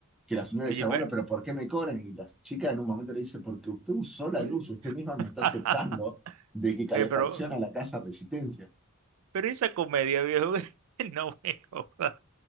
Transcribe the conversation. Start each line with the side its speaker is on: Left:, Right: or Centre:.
Centre: Que la señora
Right: Oye,
Centre: decía,
Right: pero,
Centre: bueno, pero ¿por qué me cobran? Y la chica en un momento le dice, porque usted usó la
Right: uy.
Centre: luz, usted misma me
Right: <laughs>
Centre: está aceptando de que calefacciona
Right: Eh, pero,
Centre: la casa a resistencia.
Right: pero esa comedia, viejo, <laughs> no me jodas.